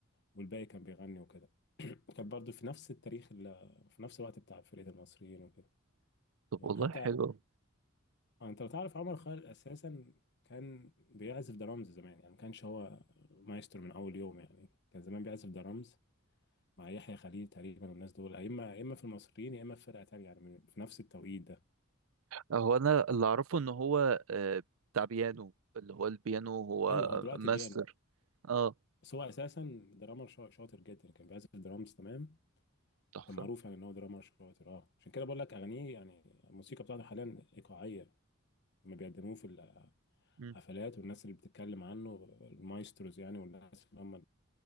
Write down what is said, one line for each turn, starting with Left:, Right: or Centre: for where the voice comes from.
Left: والباقي كان بيغني وكده كانت برضو في نفس التاريخ ال- في نفس الوقت بتاع فرقة المصريين وكده
Right: طب
Left: تمام
Right: والله
Left: حتى
Right: حلو
Left: انت لو تعرف عمر خالد اساسا كان بيعزف درامز زمان يعني ما كانش هو مايسترو من اول يوم يعني كان زمان بيعزف درامز مع يحيى خليل تقريبا والناس دول يا اما يا اما في المصريين يا اما في فرقة تانية يعني من- في نفس التوقيت ده
Right: هو انا اللي اعرفه ان هو آه، بتاع بيانو اللي هو البيانو هو
Left: ايوه هو دلوقتي
Right: ماستر
Left: بيانو
Right: اه
Left: بس هو اساسا درامر شا- شاطر جدا كان بيعزف درامز تمام
Right: تحفة
Left: وكان معروف يعني ان هو درامر شاطر اه عشان كده بقول لك اغانيه يعني الموسيقى بتاعته حاليا ايقاعية لما بيقدموه في
Right: مم.
Left: حفلات والناس اللي بتتكلم عنه المايستروز يعني والناس اللي هم